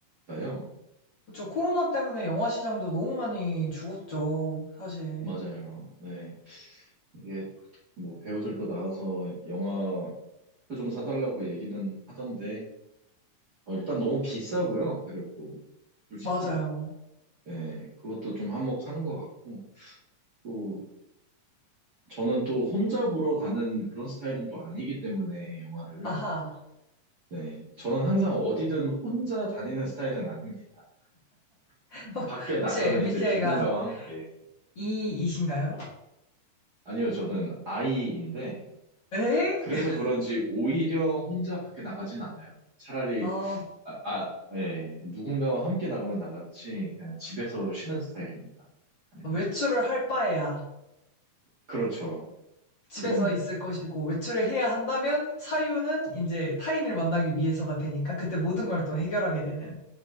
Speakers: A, on the right; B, on the left.
A: 같아요.
B: 그쵸. 코로나 때문에 영화 시장도 너무 많이 죽었죠. 사실.
A: 맞아요. 네. 이게 뭐 배우들도 나와서 영화 표좀 사달라고 얘기는 하던데, 어, 일단 너무 비싸고요, 가격도. 솔직히.
B: 맞아요.
A: 예, 그것도 좀 한몫하는 것 같고. 또, 저는 또 혼자 보러 가는 그런 스타일은 또 아니기 때문에, 영화를.
B: 아하.
A: 네. 저는 항상 어디든 혼자 다니는 스타일은 아닙니다.
B: <laughs>
A: 밖에 나가면
B: 혹시 MBTI가
A: 이제 누군가와 함께.
B: E이신가요?
A: 아니요, 저는 아이인데,
B: 에?
A: 그래서
B: <laughs>
A: 그런지 오히려 혼자 밖에 나가진 않아요. 차라리,
B: 아,
A: 아, 아, 예, 누군가와 함께 나가면 나갔지, 그냥 집에서 쉬는 스타일입니다. 아니면,
B: 외출을 할 바에야.
A: 그렇죠.
B: 집에서
A: 그겁니다.
B: 있을 것이고 외출을 해야 한다면 사유는 이제 타인을 만나기 위해서가 되니까 그때 모든 걸 또 해결하게 되는